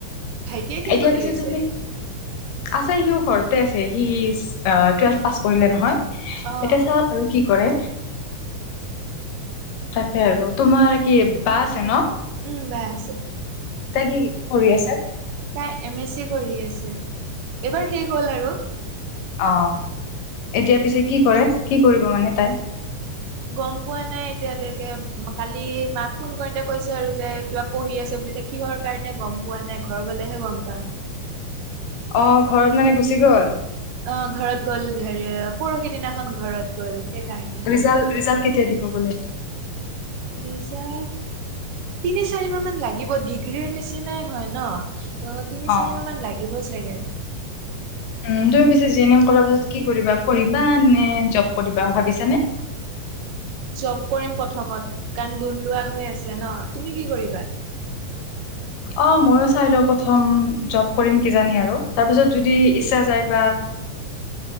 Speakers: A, on the right; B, on the left.
A: ভাইটিয়ে কি
B: এতিয়া
A: কৰি
B: পিছে
A: আছে?
B: তুমি আছে সিও ঘৰতে আছে, সি অ', টুৱেলভ পাছ কৰিলে নহয়। এতিয়া
A: অ',
B: চাওঁ <unintelligible> আৰু কি কৰে। তাকে আৰু তোমাৰ কি বা আছে ন'?
A: উম, বা আছে।
B: তাই কি কৰি আছে?
A: তাই এম এছ চি কৰি আছে, এইবাৰ শেষ হ'ল আৰু।
B: অ', এতিয়া পিছে কি কৰে? কি কৰিব মানে তাই?
A: গম পোৱা নাই এতিয়ালৈকে, কালি মাক ফোন কৰোঁতে কৈছে আৰু যে কিবা পঢ়ি আছে বু তেতিয়া কিহৰ কাৰণে গম পোৱা নাই? ঘৰ গ'লেহে গম পাম।
B: অ', ঘৰত মানে গুচি গ'ল।
A: অ ঘৰত গ'ল হেৰি পৰহি দিনাখন ঘৰত গ'ল সেইকাৰণে
B: ৰিজাল্ট, ৰিজাল্ট কেতিয়া দিব বোলে?
A: ৰিজাল্ট। তিনি চাৰি মাহ মান লাগিব ডিগ্ৰীৰ নিচিনাই হয় ন'। ত তিনি
B: অ
A: চাৰি মাহ মান লাগিব চাগে
B: উ তুমি পিছে জি এন এম কৰ পিছত কি কৰিবা পঢ়িবা নে জব কৰিবা ভাবিছানে <inaudible>
A: জব কৰিম প্ৰথমত কাৰণ লোন লোৱা হৈ আছে ন তুমি কি কৰিবা
B: অ মইো চাই লওঁ প্ৰথম জব কৰিম কিজানি আৰু তাৰ পিছত যদি
A: উম
B: ইচ্ছা যায় <inaudible>